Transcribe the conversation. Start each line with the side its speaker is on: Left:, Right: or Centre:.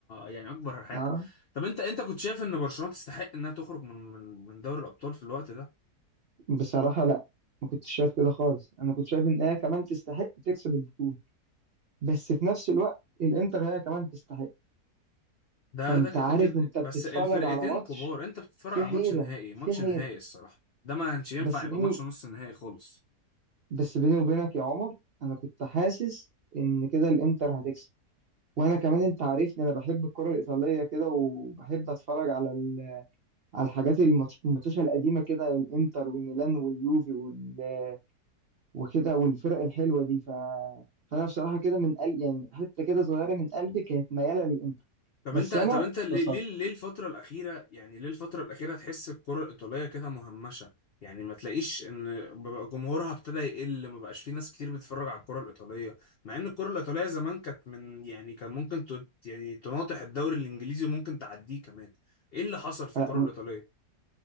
Left: يعني اكبر حاجه
Right: اه
Left: طب انت انت كنت شايف ان برشلونه تستحق انها تخرج من من من دوري الابطال في الوقت ده
Right: بصراحة لا ما كنتش شايف كده خالص انا كنت شايف ان هي كمان تستحق تكسب البطولة بس في نفس الوقت الانتر هي كمان تستحق
Left: ده
Right: فانت
Left: ده كده
Right: عارف
Left: كده
Right: انت بتتفرج
Left: بس الفرقتين
Right: على ماتش
Left: كبار انت بتتفرج
Right: في
Left: على
Right: حيرة
Left: ماتش نهائي ماتش
Right: في حيرة
Left: نهائي الصراحه ده ما كانش ينفع
Right: بس
Left: يبقى
Right: بيني
Left: ماتش نص نهائي خالص
Right: بس بيني وبينك يا عمر انا كنت حاسس ان كده الانتر هتكسب وانا كمان انت عارفني انا بحب الكرة الايطالية كده وبحب اتفرج على ال... على الحاجات الماتش- الماتشات القديمة كده الانتر والميلان واليوفي وال... وكده والفرق الحلوه دي ف فانا بصراحه كده من قلب يعني حته كده صغيره من قلبي كانت مياله للانتر
Left: طب
Right: بس
Left: انت طب
Right: انا
Left: انت ليه
Right: اتبسطت
Left: ليه ليه الفترة الأخيرة يعني ليه الفترة الأخيرة تحس الكرة الإيطالية كده مهمشة يعني ما تلاقيش إن بقى جمهورها ابتدى يقل ما بقاش في ناس كتير بتتفرج على الكرة الإيطالية مع إن الكرة الإيطالية زمان كانت من يعني كان ممكن ت- يعني تناطح الدوري الإنجليزي وممكن تعديه كمان إيه اللي حصل في الكرة
Right: أ-
Left: الإيطالية؟